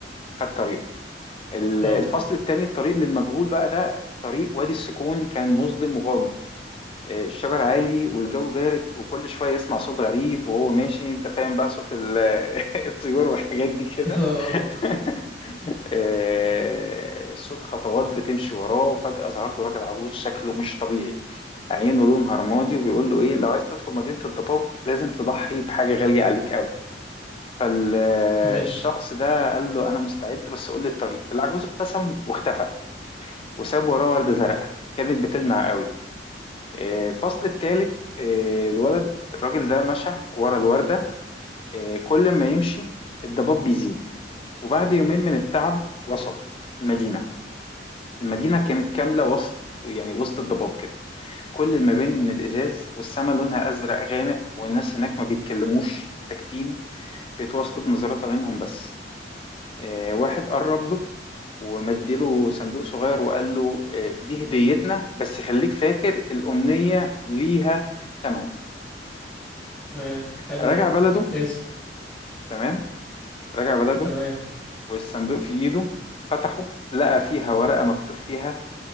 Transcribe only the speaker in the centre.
اه
<laughs> اه آه.
ماشي
تمام حلو
ده
ماشي
تمام